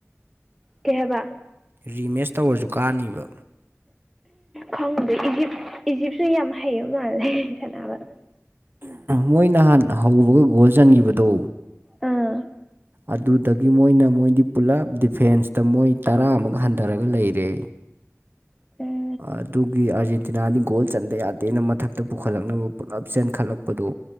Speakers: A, in the centre; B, on the right (about 45°).
A: ꯀꯩ ꯍꯥꯏꯕ
B: ꯔꯤꯃꯦꯁ ꯇꯧꯔꯁꯨ ꯀꯥꯅꯤꯕ
A: ꯈꯪꯗ ꯏꯖꯤꯞ ꯏꯖꯤꯞꯁꯨ ꯌꯥꯝ ꯍꯩꯕ ꯃꯥꯜꯂꯦ ꯁꯥꯟꯅꯕꯗ
B: ꯃꯣꯏ ꯅꯍꯥꯟ ꯍꯧꯕꯒ ꯒꯣꯜ ꯆꯟꯈꯤꯕꯗꯣ
A: ꯎꯝ
B: ꯑꯗꯨꯗꯒꯤ ꯃꯣꯏꯅ ꯃꯣꯏꯗꯤ ꯄꯨꯂꯞ ꯗꯤꯐꯦꯟꯁꯇ ꯃꯣꯏ ꯇꯔꯥꯃꯨꯛ ꯍꯟꯊꯔꯒ ꯂꯩꯔꯦ
A: ꯎꯝ
B: ꯑꯗꯨꯒꯤ ꯑꯥꯔꯖꯦꯟꯇꯤꯅꯥꯗꯤ ꯒꯣꯜ ꯆꯟꯗ ꯌꯥꯗꯦꯅ ꯃꯊꯛꯇ ꯄꯨꯈꯠꯂꯛꯅꯕ ꯄꯨꯜꯂꯞ ꯆꯦꯟꯈꯠꯂꯛꯄꯗꯣ